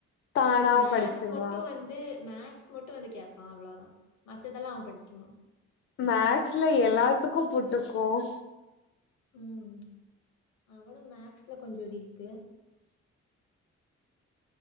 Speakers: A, on the left; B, on the left.
A: தானா
B: மேக்ஸ்
A: படிச்சிருவா
B: மட்டும் வந் ந்து மேக்ஸ் மட்டும் வந்து கேப்பான் அவ்ளோவுதா மத்ததெல்லா அவன் படிச்சிருவான்
A: மேக்ஸ்ல எல்லாத்துக்கும் புட்டுக்கும்
B: ம் அவனு மேக்ஸ்ல கொஞ்சோ வீக்கு